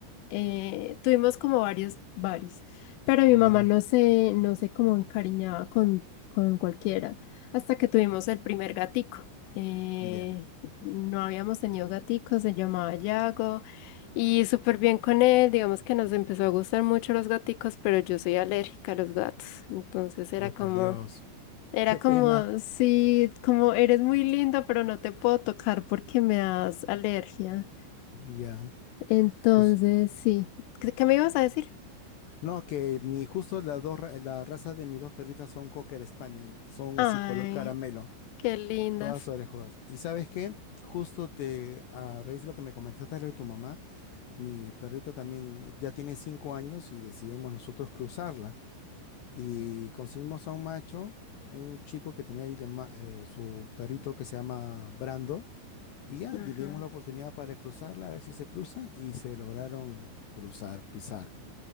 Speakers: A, on the left (about 80°); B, on the left (about 65°).
A: Eh, tuvimos como varios, varios, pero mi mamá
B: ya,
A: no se, no se como encariñaba con, con cualquiera, hasta que tuvimos el primer gatico. Eh,
B: ya.
A: no habíamos tenido gatico, se llamaba Yago, y súper bien con él, digamos que nos empezó a gustar mucho los gaticos, pero yo soy alérgica a los gatos, entonces era
B: Oh,
A: como,
B: por Dios,
A: era
B: qué
A: como,
B: pena.
A: sí, como eres muy linda, pero no te puedo tocar porque me das alergia.
B: Ya.
A: Entonces,
B: Nos-
A: sí. ¿Qué qué me ibas a decir?
B: No, que mi, justo las dos, ra- la raza de mis dos perritas son Cocker Spaniel, son
A: Ay,
B: así color caramelo.
A: qué lindas.
B: Todas orejudas. ¿Y sabes qué? Justo te, a raíz de lo que me comentaste de tu mamá, mi perrita también ya tiene cinco años y decidimos nosotros cruzarla. Y conseguimos a un macho, a un chico que tenía ahí la ma- eh, su perrito que se llama Brando. Y ya
A: Ajá.
B: le dimos la oportunidad para cruzarla, a ver si se cruzan. Y se lograron cruzar, pisar.